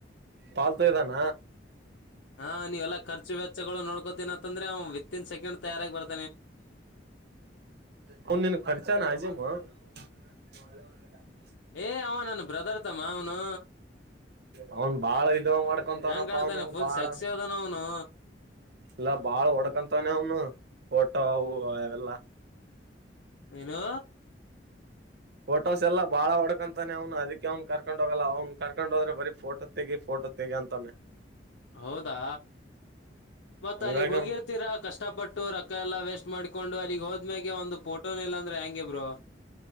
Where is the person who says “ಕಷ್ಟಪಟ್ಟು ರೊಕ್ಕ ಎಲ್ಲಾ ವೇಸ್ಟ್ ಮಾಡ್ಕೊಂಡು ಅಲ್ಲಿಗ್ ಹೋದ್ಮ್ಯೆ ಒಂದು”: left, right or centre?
Left